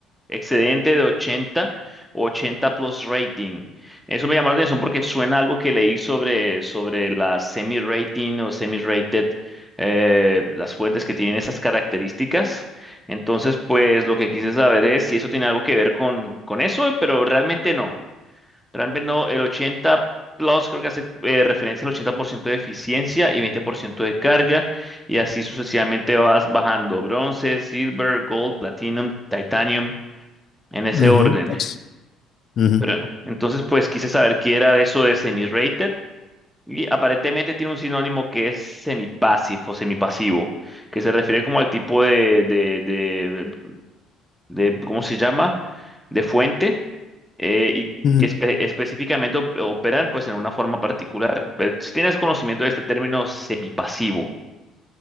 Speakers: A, in the centre; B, on the left.
A: excedente de 80 o ochenta plus rating. Eso me llamó la atención porque suena algo que leí sobre, sobre la semi-rating o semi-rated, eh, las fuentes que tienen esas características. Entonces, pues lo que quise saber es si eso tiene algo que ver con, con eso, pero realmente no. Realmente no, el ochenta Plus creo que hace eh, referencia al 80% de eficiencia y 20% de carga, y así sucesivamente vas bajando bronce, silver, gold, platinum, titanium, en ese
B: Ujú,
A: orden.
B: ex- ujú,
A: Pero, entonces, pues quise saber qué era eso de semi-rated, y aparentemente tiene un sinónimo que es semi-passive o semipasivo, que se refiere como al tipo de, de, de, de, ¿cómo se llama? De fuente eh, y
B: ujú.
A: que espe- específicamente op- operan pues en una forma particular. Pero si tienes conocimiento de este término semipasivo,